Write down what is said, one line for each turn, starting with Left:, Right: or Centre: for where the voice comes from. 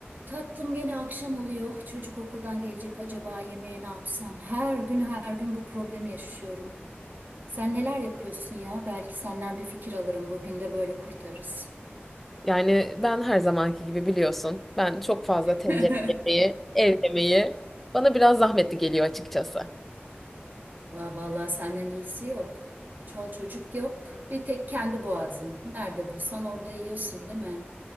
Right: Tatlım gene akşam oluyor. Çocuk okuldan gelecek acaba yemeğe ne yapsam? Her gün her gün bu problemi yaşıyorum. Sen neler yapıyorsun ya? Belki senden bir fikir alırım. Bugün de böyle kurtarırız.
Centre: Yani ben her zamanki gibi biliyorsun. Ben çok fazla tencere
Right: <laughs>
Centre: yemeği, ev yemeği bana biraz zahmetli geliyor açıkçası.
Right: Va vallahi senden iyisi yok. Çol çocuk yok. Bir tek kendi boğazın. Nerede bulsan orada yiyorsun, değil mi?